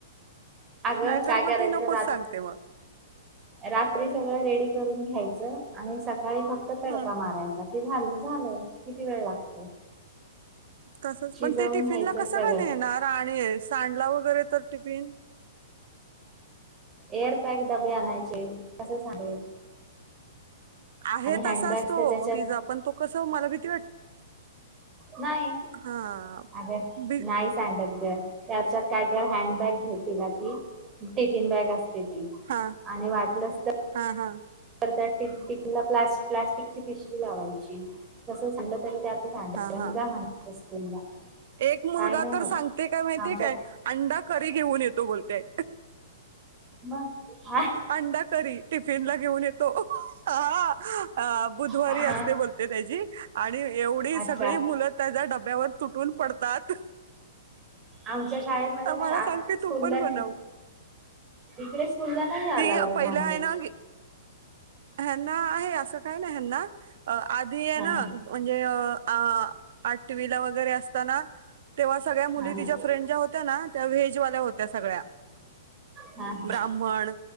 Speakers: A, on the right (about 15°); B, on the right (about 60°).
A: अगं
B: नाहीतर
A: काय
B: मग
A: करायचं
B: ती नकोच सांगते मग
A: रात्री सगळं रेडी करून घ्यायचं आणि सकाळी फक्त तडका
B: हम्म
A: मारायचा बाकी झाल झालं किती वेळ लागतो
B: तसच
A: शिजवून
B: पण ते टिफिनला
A: घ्यायचं
B: कसं
A: सगळं.
B: ग नेणार आणि सांडला वगैरे तर टिफिन
A: एअरपॅक डबे आणायचे कस सांडेल
B: आहे
A: हँडबॅग्स
B: तसाच तो
A: तर त्याच्यात
B: तिचा पण तो कस मला भीती वाट
A: नाही
B: हा
A: अगं
B: बी
A: नाहीच सांडत ग त्याच्यात काय कर हँडबॅग घेते ना ती टिफीन बॅग असते ती
B: हा
A: आणि वाटलंच तर
B: हा हा
A: तर त्या टी टीफीनला प्ला प्लास्टिकची पिशवी लावायची तस सांडल तरी त्यात आणि
B: हा हा
A: जा म्हणायचं स्कूलला
B: एक मुलगा
A: काय नाही
B: तर
A: होत
B: सांगतय काय माहितीये
A: आमच्या
B: काय अंडा करी घेऊन येतो बोलते
A: मग हा
B: अंडाकरी टिफिन ला घेऊन येतो हा बुधवारी
A: हा
B: असते बोलते त्याची आणि एवढी
A: अच्छा
B: सगळी मुलं त्याच्या डब्यावर तुटून पडतात
A: आमच्या शाळेमध्ये
B: तर
A: नाही
B: मला
A: आ
B: सांगते
A: स्कुलला
B: तू पण बनव
A: नाही इकडे स्कुलला नाही
B: ती
A: अलॉउड
B: पहिला
A: नॉन व्हेज
B: आहे ना ह्यांना आहे असं काही नाही ह्यांना आधी आहे
A: हा
B: ना म्हणजे आ आठवीला वगैरे असताना तेव्हा सगळ्या मुली
A: हा
B: तिच्या
A: हा
B: फ्रेंड ज्या होत्या ना त्या व्हेजवाल्या होत्या सगळ्या
A: हा हा
B: ब्राह्मण